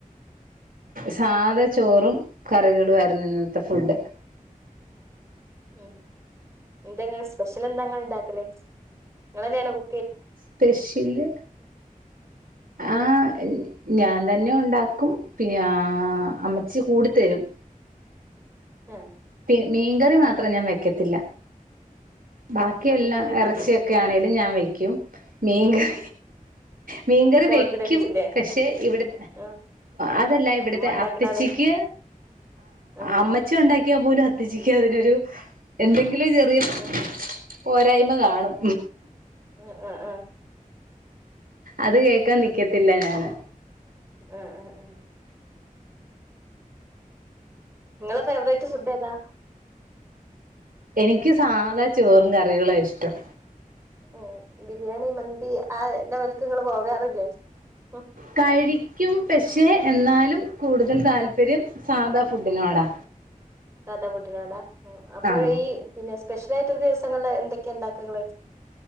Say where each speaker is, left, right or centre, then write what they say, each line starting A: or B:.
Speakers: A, on the right (about 80°); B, on the right (about 20°).
A: സാധ ചോറും കറികളും ആയിരുന്നു ഇന്നത്തെ ഫുഡ്
B: മ് എന്തെങ്ങ സ്പെഷ്യൽ എന്താങ്ങ ഇണ്ടാക്കലേ നിങ്ങള് തന്നാണോ കു
A: സ്പെഷ്യല് ആഹ് ഞാൻ തന്നെ ഉണ്ടാക്കും പി അഹ് അമ്മച്ചി കൂടിത്തരും
B: മ്
A: പി മീൻകറി മാ മാത്രം ഞാൻ വെക്കത്തില്ല ബാക്കി
B: അതെന്ത്
A: എല്ലാം
B: പറ്റി
A: ഇറച്ചിയൊക്കെ ആണേലും ഞാൻ വെക്കും ഉം മീൻ കറി മീൻകറി
B: കോൺഫിഡൻസ്
A: വെക്കും
B: ഇല്ലേ
A: പക്ഷെ ഇവിടെ
B: ആഹ്
A: അതല്ല ഇവിടുത്തെ
B: ഉമ്മ ഇണ്ടാക്കണത്
A: അത്തച്ചിക്ക്
B: ആഹ്
A: അമ്മച്ചി ഉണ്ടാക്കി ഇണ്ടാക്കിയ പോലും അത്തച്ചിക്ക് അതിനൊരു എന്തൊക്കെയോ എങ്കിലേ ചെറിയ
B: ആഹ്
A: പോരായ്മ കാണും
B: അഹ് അഹ് അഹ്
A: അത് കേൾക്കാൻ നിക്കത്തില്ല ഞാന്
B: അഹ് അഹ് അഹ് നിങ്ങടെ ഫേവറേറ്റ് ഫുഡ് ഏതാ
A: എനിക്ക് സാധാ ചോറും കറികളുവാ ഇഷ്ടം
B: മ് ബിരിയാണി മന്തി ആ ലെവൽക്ക് നിങ്ങള് പോകാറില്ലേ മ്
A: കഴിക്കും പക്ഷെ എന്നാലും കൂടുത താല്പര്യം സാധാ ഫുഡിനോടാ
B: സാധാ ഫുഡിനോടാ മ് അപ്പൊ
A: ആഹ്
B: ഈ പിന്നെ സ് സ്പെഷ്യലായിട്ട്ള്ള ദിവസങ്ങളില് എന്തൊക്കെയാ ഇണ്ടാക്ക നിങ്ങള്